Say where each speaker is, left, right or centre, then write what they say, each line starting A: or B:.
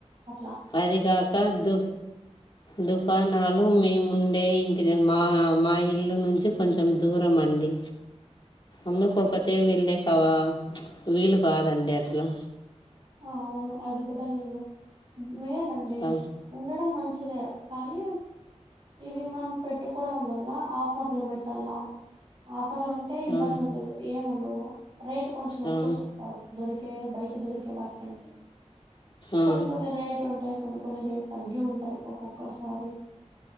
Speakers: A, on the right; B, on the left.
A: అ
B: అదిగాక దు దుకాణాలు లో మేముండే ఇంటిద మా మా ఇల్లు నుంచి కొంచెం దూరం అండి అందుకు ఒకత్తె వెళ్ళే కవా చ్ వీలు కాదండి అట్లా
A: అవును అది కూడా నిజమే మేలండి
B: ఆ,
A: ఉండడం మంచి చిదే కానీ ఇవి మనం పెట్టుకోవడం వల్ల ఆఫర్లు పెట్టాల ఆఫ్ ఆఫర్లు ఉంటే ఇబ్బంది
B: ఆ,
A: ఉండదు. ఏం ఉండవు రేట్ కొంచెం ఎక్కువ
B: ఆ,
A: చెప్తాడు దొరికి ఏ బయట దొరికే వాటికంటే
B: ఆ,
A: కొన్ని కొన్ని రేట్ ఉంటాయి. కొన్ని కొన్ని రేట్ తగ్గి ఉంటాయి ఒక్కొక్కసారి